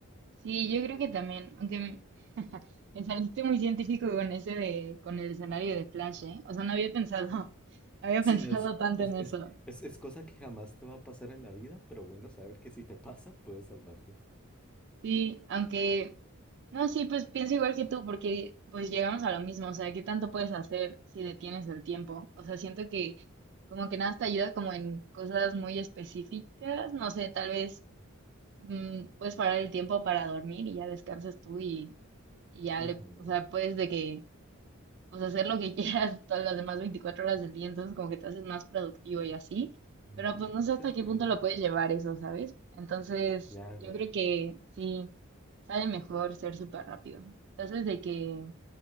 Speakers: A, on the right; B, in the centre.
A: sí, yo creo que también, aunque me, <laughs> me saliste muy científico con ese de, con el escenario de Flash, ¿eh? O sea, no había pensado, <laughs> no había
B: Si
A: pensado
B: no es,
A: tanto
B: es,
A: en
B: es,
A: eso.
B: es, es cosa que jamás te va a pasar en la vida, pero bueno, saber que si te <laughs> pasa, puedes salvarte.
A: Sí, aunque, no, sí, pues pienso igual que tú, porque pues llegamos a lo mismo, o sea, ¿qué tanto puedes hacer si detienes el tiempo? O sea, siento que como que nada te ayuda como en cosas muy específicas, no sé, tal vez mm, puedes parar el tiempo para dormir y ya descansas tú y, y ya
B: Ujú.
A: le, o sea, puedes de que, pues hacer lo que <laughs> quieras todas las demás 24 horas del día, entonces como que te haces más productivo y así,
B: Mm,
A: pero pues no sé
B: eso
A: hasta
B: es
A: qué
B: bueno.
A: punto lo puedes llevar eso, ¿sabes? Entonces,
B: Claro,
A: yo creo que sí. Sale mejor ser súper rápido. Entonces, de que,